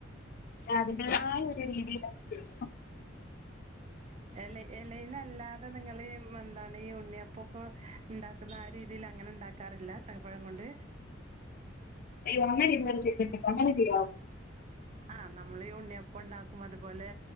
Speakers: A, on the left; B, on the right.
A: അതിന്റെതായ ഒരു രീതിയില് <unintelligible>
B: എലെ എലേലല്ലാതെ നിങ്ങള് എന്താണ് ഈ ഉണ്ണിയപ്പൊക്കെ ഉണ്ടാ ക്കുന്ന ആ രീതിയില് അങ്ങനെ ഉണ്ടാക്കാറില്ല ചക്കപ്പഴം കൊണ്ട്
A: അയ്യോ അങ്ങനെ ഇന്ന് വരെ ചെയ്തി <unintelligible> അങ്ങനെ ചെയ്യോ
B: ആഹ് നമ്മള് ഈ ഉണ്ണിയപ്പ ഉണ്ടാക്കും അതുപോലെ